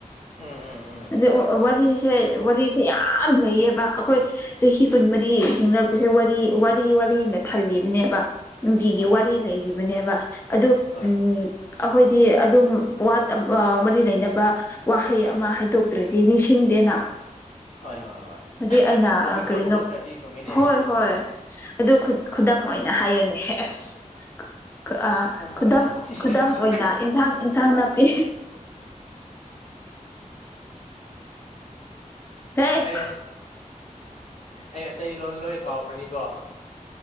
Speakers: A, on the left; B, on the left.
A: ꯎꯝ ꯎꯝ ꯎꯝ
B: ꯑꯗꯩ ꯋꯥꯔꯤꯁꯦ ꯋꯥꯔꯤꯁꯦ ꯌꯥꯝ ꯂꯩꯌꯦꯕ ꯑꯩꯈꯣꯏ ꯆꯍꯤ ꯀꯨꯟ ꯃꯔꯤ
A: ꯎꯝ
B: ꯍꯤꯡꯂꯛꯄꯁꯦ ꯋꯥꯔꯤ ꯋꯥꯔꯤ ꯋꯥꯅ ꯊꯜꯂꯤꯕꯅꯦꯕ ꯅꯨꯡꯇꯤꯒꯤ
A: ꯍꯣꯏ
B: ꯋꯥꯔꯤ
A: ꯍꯣꯏ
B: ꯂꯩꯔꯤꯕꯅꯦꯕ ꯑꯗꯨ
A: ꯍꯣꯏ
B: ꯎꯝ ꯑꯩꯈꯣꯏꯗꯤ ꯑꯗꯨꯝ ꯋꯥꯠ ꯃꯔꯤ ꯂꯩꯅꯕ ꯋꯥꯍꯩ ꯑꯃ ꯍꯥꯏꯗꯣꯛꯇ꯭ꯔꯗꯤ ꯅꯤꯡꯁꯤꯡꯗꯦꯅ
A: ꯍꯣꯏ ꯍꯣꯏ ꯍꯣꯏ
B: ꯍꯧꯖꯤꯛ ꯑꯩꯅ
A: ꯇꯣꯄꯤꯛꯇꯣ
B: ꯀꯔꯤꯅ‌ꯣ
A: ꯍꯧꯔꯛꯇ꯭ꯔꯗꯤ ꯆꯨꯝꯃꯤꯅꯦ
B: ꯍꯣꯏ
A: ꯑꯗꯨꯁꯨ
B: ꯍꯣꯏ ꯑꯗꯨ ꯈꯨꯗꯝ ꯑꯣꯏꯅ ꯍꯥꯏꯒꯅꯦ ꯑꯦꯁ ꯈꯨꯗꯝ
A: ꯑꯣꯏꯅ ꯁꯤꯁꯦ
B: ꯈꯨꯗꯝ
A: ꯁꯤ
B: ꯑꯣꯏꯅ ꯏꯟꯁꯥꯡ ꯏꯟꯁꯥꯡ ꯅꯥꯄꯤ ꯍꯦ
A: ꯑꯦ ꯑꯩ ꯑꯇꯩ ꯂꯣꯟ ꯂꯣꯏ ꯀꯥꯎꯔꯛꯀꯅꯤꯀꯣ